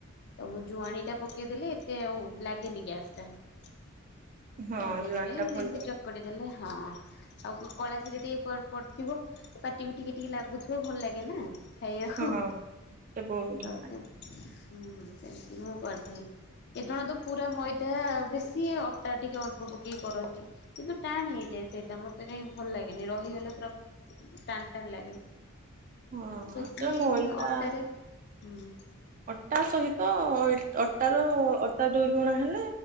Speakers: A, on the left; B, on the right.
A: ତ ମୁଁ ଜୁଆଣି ଟା ପକେଇଦେଲି ଏତେ ଆଉ ଲାଗେନି ଗ୍ୟାସ୍। ଯା
B: ହଁ
A: ତ ସେଇଥିପାଇଁ
B: ଜୁଆଣି ଟା
A: ମୁ
B: ଭଲ
A: ଏମିତି ଚକଟି ଦେଲେ ହଁ ଆଉ କଳାଜିରା ଟିକେ ପଡିଥିବ ପାଟିକୁ ଟିକେ ଟିକେ ଲାଗୁଥିବ ଭଲ ଲାଗେ ନା। ଖାଇଵାକୁ
B: ହଁ ସେ ବହୁତ ଭଲ
A: ତ
B: ଲାଗେ
A: ହୁଁ ସେମତି ମୁଁ କରିଥାଏ କେତ ଜଣ ତ ପୁରା ମଇଦା? ତ ବେଶି ଅଟା ଟିକେ ଅଳ୍ପ ପକେଇ କରନ୍ତି। କିନ୍ତୁ ଟାଣ ହେଇଯାଏ ସେଇଟା ମତେ କାହିଁକି ଭଲ ଲାଗେନି ରହିଗଲେ ପୁରା? ଟାଣ ଟାଣ ଲାଗେ
B: ହଁ
A: ବେଶି
B: ସେ ମଇଦା
A: ଅଟାରେ ହୁଁ?
B: ଅଟା ସହିତ ଅଟାର ଅଟା ଦୁଇ ଗୁଣା ହେଲେ